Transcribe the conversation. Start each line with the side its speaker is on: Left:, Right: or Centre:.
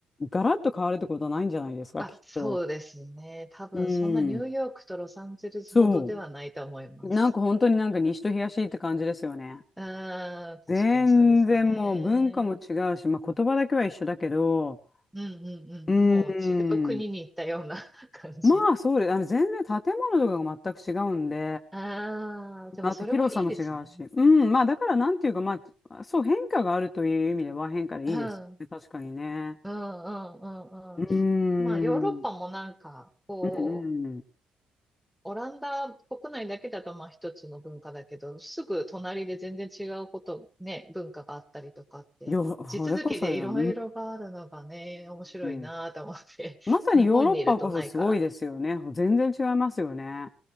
Left: ガラッと変わるってことはないんじゃないですか、
Centre: あ、
Left: きっと。
Centre: そうですね。多分、
Left: うん。
Centre: そんなニューヨークとロサンゼルスほどではないと思います。
Left: そう。なんか本当になんか西と東って感じですよね。
Centre: うーん、確かにそうですね。
Left: 全然もう文化も違うし、まあ、言葉だけは一緒だけど、
Centre: うんうんうん。
Left: うーん。
Centre: もう違う国に行ったような <laughs> 感じ。
Left: まあそうです。あの全然建物とかが全く違うんで、
Centre: ああ、でもそれもいいですね。
Left: あと広さも違うし。うん。まあだからなんていうか、まあ、そう変化があるという意味では変化でいいですよね。
Centre: うん、うん、
Left: 確かにね。
Centre: うん、うん、
Left: うーん。
Centre: うん。まあ、ヨーロッパもなんか、こう、
Left: うんうん。
Centre: オランダ国内だけだとまあ一つの文化だけど、すぐ隣で全然違うこと、ね、文化があったりとかって、
Left: よ、
Centre: 地続きでいろいろがあるのがね、
Left: それこそや。うー
Centre: 面白いなと思って、
Left: ん。
Centre: <laughs>
Left: まさにヨーロッパこそすごいですよね。
Centre: 日本にいるとないから。
Left: 全然違いますよね。